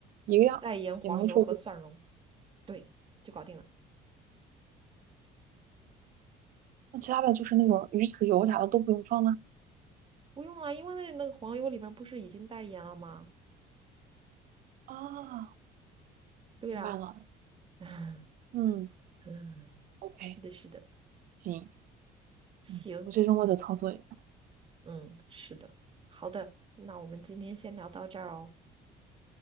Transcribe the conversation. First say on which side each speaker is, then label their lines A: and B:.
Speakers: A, on the right; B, on the right.
A: 一个样也能出锅。
B: 带盐、黄油和蒜蓉，对，就搞定了。
A: 那其他的就是那种鱼籽油啥的都不用放呢。那
B: 不用啊，因为那那个黄油里面不是已经带盐了吗？
A: 哦，
B: 对呀、
A: 明白了，
B: 啊 <laughs>
A: 嗯
B: 嗯，
A: ，OK，
B: 是的，是的，
A: 行，
B: 行，
A: 嗯，我这周末就操作一下。
B: 嗯，是的，好的，那我们今天先聊到这儿哦，